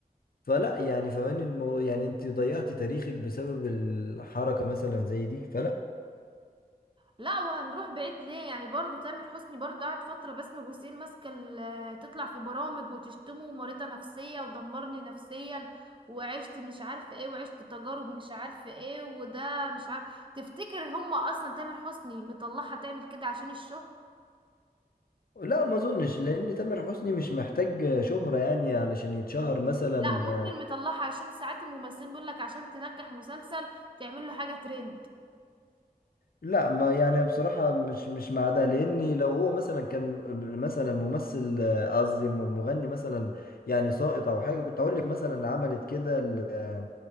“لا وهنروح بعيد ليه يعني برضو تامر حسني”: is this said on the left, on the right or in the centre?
Right